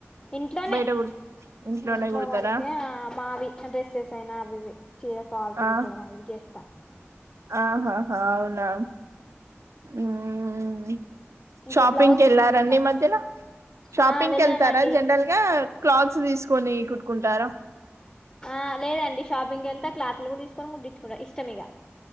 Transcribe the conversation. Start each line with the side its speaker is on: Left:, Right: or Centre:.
Left: ఇంట్లోనే
Right: బయట కు ఇంట్లోనే
Left: ఇంట్లో
Right: కుడతారా
Left: వరకే ఆ మావి డ్రెస్సెస్ అయినా అవివి చీర ఫాల్స్
Right: ఆ
Left: కుట్టడం అవి చేస్తా
Right: ఆహాహా అవునా హ్మ్
Left: ఇంకా
Right: షాపింగ్
Left: బ్లౌజ్
Right: కెళ్ళారండి
Left: గిట్ల ఏది రాదు
Right: ఈమధ్యన షాపింగ్
Left: ఆ వెళ్ళామండి
Right: కి కెళ్తారా జనరల్గా క్లాత్స్ తీసుకొని కుట్టుకుంటారా
Left: ఆ లేదండి షాపింగ్కి వెళ్తే క్లాత్లు కూడా తీసుకొని కుట్టించుకుంటా ఇష్టం ఇక